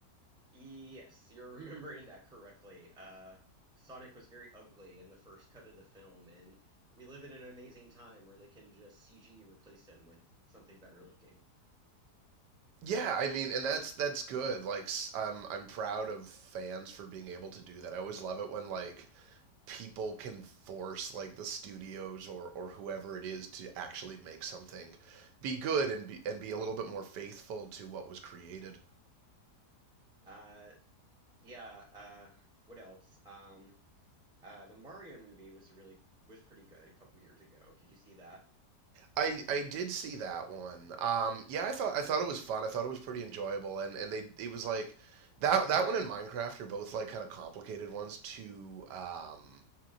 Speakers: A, in the centre; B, on the right.
A: yes, you're <laughs> remembering that correctly. Uh, Sonic was very ugly in the first cut of the film, and we live in an amazing time where they can just CG replace him with something better looking.
B: Yeah, I mean, and that's that's good. Like, s- I'm I'm proud of fans for being able to do that. I always love it when like people can force like the studios or or whoever it is to actually make something be good and be and be a little bit more faithful to what was created.
A: Uh, yeah, uh, what else? Um, Uh, the Mario movie was really was pretty good a couple years ago. Did you see that?
B: I I did see that one. Um, yeah, I thought I thought it was fun. I thought it was pretty enjoyable, and and they it was like that that one and Minecraft are both like kind of complicated ones to um